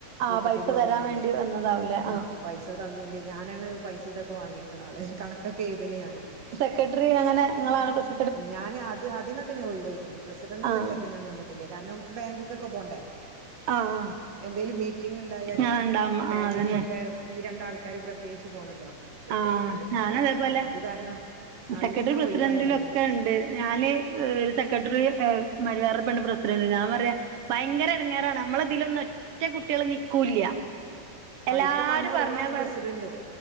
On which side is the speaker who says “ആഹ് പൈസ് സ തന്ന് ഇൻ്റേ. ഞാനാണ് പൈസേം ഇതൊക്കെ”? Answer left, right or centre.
Right